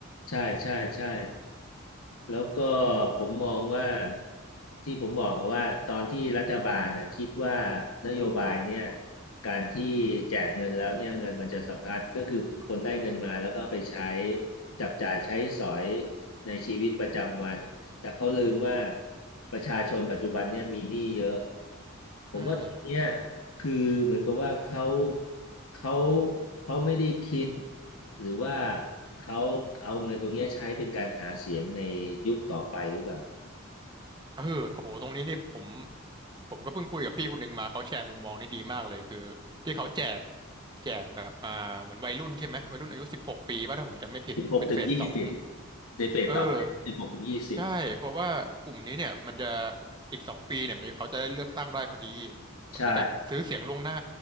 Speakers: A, on the left; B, on the right.
A: ใช่ใช่ใช่แล้วก็ผมมองว่าที่ผมบอกก็ว่าตอนที่รัฐบาลนะคิดว่านโยบายเนี่ยการที่แจกเงินแล้วเนี่ยเงินมันจะสะพัดก็คือคนได้เงินมาแล้วก็เอาไปใช้จับจ่ายใช้สอยในชีวิตประจำวัน แต่เขาลืมว่าประชาชนปัจจุบันเนี่ยมีหนี้เยอะ ผมว่าตรงเนี้ย
B: อืม
A: คือเหมือนกับว่าเขาเขาเขาไม่ได้คิดหรือว่าเขาเอาเงินตรงเนี้ยใช้เป็นการหาเสียงในยุคต่อไปหรือเปล่า
B: เออโอ้โหตรงนี้นี่ผมผมก็เพิ่งคุยกับพี่คนหนึ่งมาเขาแชร์มุมมองนี่ดีมากเลยคือที่เขาแจกแจกแบบอ่าเหมือนวัยรุ่นใช่ไหมวัยรุ่นอายุสิบหกปีป่ะถ้าผมจำไม่ผิดเป็นเฟสสอง
A: สิบหกถึงยี่สิบในเฟสต่อไปสิบหกถึงยี่สิบ
B: เออใช่เพราะว่ากลุ่มนี้เนี่ยมันจะอีกสองปีเนี่ยมันเขาจะได้เลือกตั้งได้พอดีเหมือนเป็นการซื้อเสียงล่วงหน้า
A: ใช่